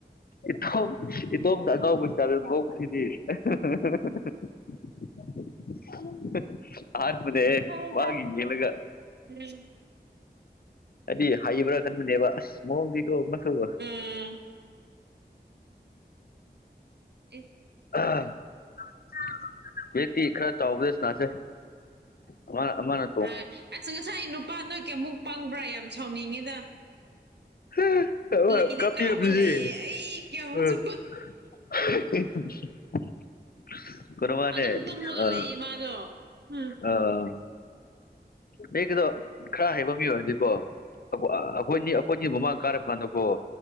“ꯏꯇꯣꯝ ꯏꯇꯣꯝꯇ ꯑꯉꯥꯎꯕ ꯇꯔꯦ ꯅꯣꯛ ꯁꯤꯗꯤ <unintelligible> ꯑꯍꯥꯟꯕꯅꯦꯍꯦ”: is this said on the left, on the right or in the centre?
Left